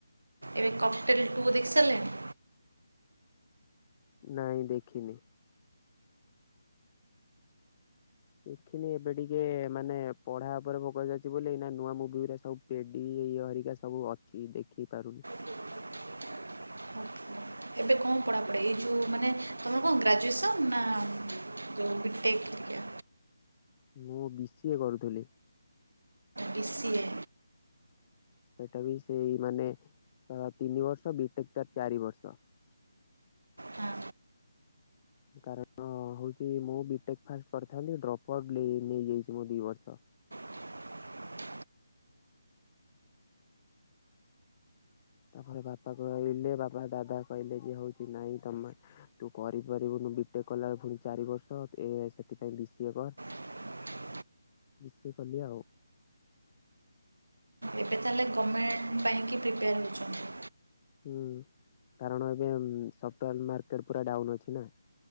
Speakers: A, on the right; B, on the left.
A: ଏବେ କକ୍ଟେଲ ଟୁ ଦେଖିସାରିଲେଣି?
B: ନାଇଁ ଦେଖିନି। ଦେଖିନି ଏବେ ଟିକେ ମାନେ ପଢ଼ା ଉପରେ ଫୋକସ୍ ଅଛି ବୋଲି ନୂଆ ମୁଭିରେ ସବୁ ପେଡି <unintelligible> ହରିକା ସବୁ ଅଛି ଦେଖେଇ ପାରୁନି।
A: <unintelligible> ଏବେ କଣ ପଢ଼ାପଢ଼ି ଏଇ ଯୋଉ ମାନେ ତମର କଣ ଗ୍ରାଜୁଏସନ ନା ଯୋଉ ବିଟେକ ହେରିକା।
B: ମୁଁ ବି ସିଏ କରୁଥିଲି।
A: ବି ସିଏ।
B: ସେଇଟା ବି ସେଇ ମାନେ ତିନି ବର୍ଷ ବିଟେକ୍ ଟା ଚାରି ବର୍ଷ।
A: ହଁ
B: କାରଣ ହଉଛି ମୁଁ ବିଟେକ୍ ଫାଷ୍ଟ କରିଥାନ୍ତି ଡ୍ରପ୍ ଆଉଟ ନେଇ ନେଇଯାଇଛି ମୁଁ ଦି ବର୍ଷ।
A: <inaudible>
B: ତାପରେ ବାପା କହିଲେ ବାପା ଦାଦା କହିଲେ ଯେ ହଉଛି ନାଇଁ ତମେ ତୁ କରିପାରିବୁନି। ବିଟେକ୍ କଲାବେଳେ ପୁଣି ଚାରି ବର୍ଷ ଏ ସେଥିପାଇଁ ବିସିଏ କର।
A: <inaudible>
B: ବିସିଏ କଲି ଆଉ।
A: ଏବେ ତାହେଲେ ଗମେଣ୍ଟ୍ ପାଇଁ କି ପ୍ରିପେୟାର ହେଉଛନ୍ତି।
B: ହୁଁ, କାରଣ ଏବେ ସଫ୍ଟୱେର ମାର୍କେଟ ପୁରା ଡାଉନ୍ ଅଛି ନା।